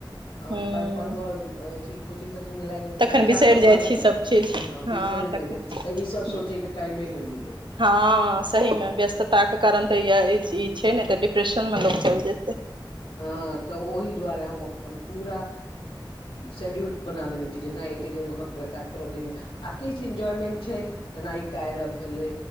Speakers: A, on the left; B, on the right.
A: आ
B: हूँ
A: अपन पढ़ब कोचिंग तोचिंग मे लाइग
B: तखन
A: बच्चा
B: बिसरि
A: सभ
B: जाइ
A: रहल
B: छी
A: तै
B: सभ चीज
A: हं
B: हँ
A: बिसरि
B: तखन
A: जाइ छै तऽ ई सभ
B: हूँ
A: सोचे के टाइमे ने मिले यऽ
B: हँ सही मे व्यस्तताके कारण तऽ यऽ छै ने तऽ डिप्रेशन मे लोग चल जेतै
A: हँ तऽ ओहि दुआरे हम अपन पूरा शेड्यूल बना लेने छी जे नहि एते देर मे घरके काज करब आ किछु एन्जॉयमेंट छै जेना इ कार्या एप भेलै